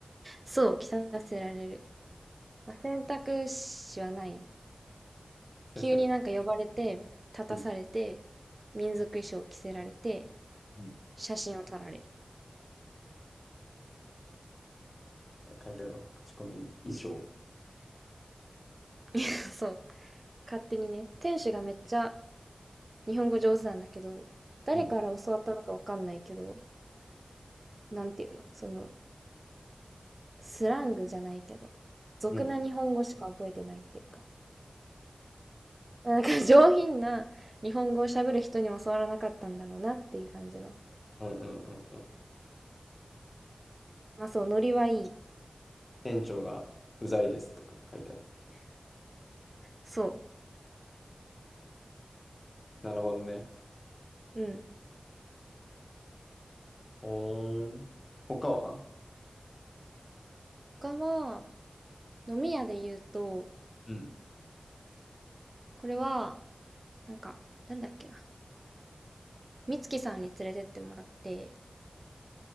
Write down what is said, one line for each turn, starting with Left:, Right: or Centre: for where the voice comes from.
Right: そう、着させられる。まあ、選択肢はない。
Left: 着させられる。
Right: 急になんか呼ばれて、立たされて、
Left: うん。
Right: 民族衣装を着せられて、
Left: うん。
Right: 写真を撮られる。
Left: 書いてあるわ。口コミに。衣装。
Right: <laughs> そう。勝手にね、店主がめっちゃ日本語上手なんだけど、誰から教わったのかわかんないけど、
Left: うん。
Right: なんていうの、その、スラングじゃないけど、俗な日本語しか覚えてないっていうか、
Left: うん。
Right: まあなんか上品な日本語を喋る人にも教わらなかったんだろうなっていう感じの。
Left: うんうんうんうん。
Right: まあそう、ノリはいい。
Left: 店長がうざいですとか書いてある。
Right: そ
Left: なるほどね。
Right: う。うん。
Left: ほーん。他は
Right: 他は、飲み屋で言うと、
Left: うん。
Right: これは、なんか、誰だっけな。美月さんに連れてってもらって、